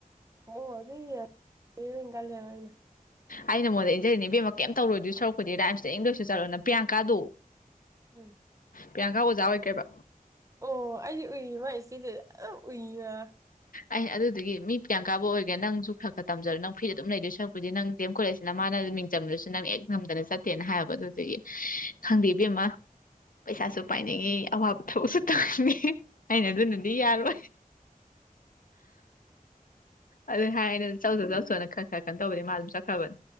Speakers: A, on the right; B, on the left.
A: ꯑꯣ ꯑꯗꯨ ꯑꯗꯨꯒꯩꯅ
B: ꯑꯩꯅ ꯃꯉꯣꯟꯗ ꯏꯟꯖꯔꯤꯅꯦꯕꯦꯝꯃꯛ ꯀꯩꯝ ꯇꯧꯔꯣꯏ ꯁꯔꯨꯛꯄꯗꯤ ꯔꯥꯏꯝꯁꯤꯇ ꯑꯪ ꯂꯣꯏꯁꯨ ꯆꯠꯂꯣ ꯄ꯭ꯔꯤꯌꯥꯡꯀꯥꯣ
A: ꯎꯝ
B: ꯄ꯭ꯤꯌꯥꯡꯈꯥ ꯑꯣꯖꯥ ꯑꯣꯏꯈ꯭ꯔꯦꯕ
A: ꯑꯣ ꯑꯩꯗꯤ ꯎꯏ ꯃꯥꯥꯏ ꯏꯆꯦꯁꯤ ꯎꯏꯔ
B: ꯑꯩ ꯑꯗꯨꯗꯨꯒꯤ ꯃꯤ ꯄ꯭ꯌꯥꯡꯀꯥꯕꯨ ꯑꯣꯏꯒꯦꯥ ꯅꯪꯁꯨ ꯈꯔ ꯈꯔ ꯇꯝꯖꯔꯣ ꯅꯪ ꯐꯨꯔꯤꯔ ꯑꯗꯨꯝ ꯂꯩꯗꯣꯏ ꯁꯛꯄꯨꯗꯤ ꯅꯪ ꯦꯝ ꯀꯣꯂꯦꯖꯁꯤꯅ ꯃꯥꯅ ꯃꯤꯡꯆꯟꯗꯨꯁꯨ ꯅꯪ ꯍꯦꯛ ꯉꯝꯗꯅ ꯆꯠꯇꯦꯅ ꯍꯥꯏꯕ ꯑꯗꯨꯗꯨꯒꯤ ꯈꯪꯗꯦ ꯏꯕꯦꯝꯃ ꯄꯩꯁꯥꯁꯨ ꯄꯥꯏꯅꯤꯡꯉꯤ ꯑꯋꯥꯕ ꯊꯕꯛꯁꯨ ꯇꯧꯅꯤ ꯑꯩꯅ ꯑꯗꯨꯅꯗꯤ ꯌꯥꯔꯣꯏ ꯑꯗꯨ ꯍꯥꯏꯅꯤ ꯆꯧꯁꯨ ꯆꯧꯁꯣꯅ ꯈꯔ ꯈꯔ ꯀꯩꯅꯣ ꯇꯧꯕꯅꯤ ꯃꯥ ꯑꯗꯨꯝ ꯆꯠꯈ꯭ꯔꯕꯅꯤ